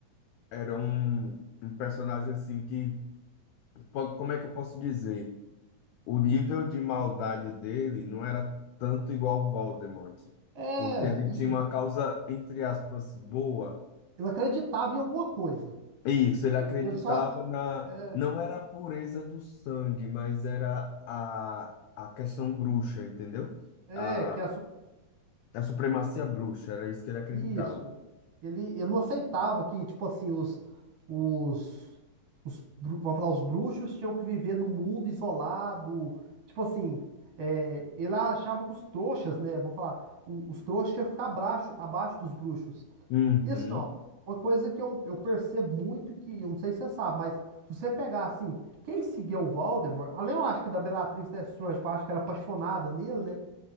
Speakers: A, on the left; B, on the right.
A: Era um, um personagem assim que, po- como é que eu posso dizer? O nível de maldade dele não era tanto igual ao Voldemort,
B: É,
A: porque ele
B: e
A: tinha uma causa, entre aspas, boa.
B: ele acreditava em alguma coisa.
A: É Isso, ele acreditava
B: Ele só
A: na.
B: é,
A: Não era a pureza do sangue, mas era a, a questão bruxa, entendeu?
B: é
A: A,
B: que a, su-
A: a supremacia bruxa, era isso que ele acreditava.
B: Isso. Ele, ele não aceitava que, tipo assim, os, os, os, bru- vamos falar, os bruxos tinham que viver no mundo isolado. Tipo assim, é, ele achava que os trouxas, né? Vamos falar, o- os trouxas tinham que ficar abaixo, abaixo dos bruxos.
A: Uhum,
B: E assim, ó, uma coisa que eu, eu percebo muito que, eu não sei se você sabe, mas se você pegar, assim, quem seguia o Voldemort, além eu acho que da Bellatrix Lestrange, que eu acho que era apaixonada nele, né?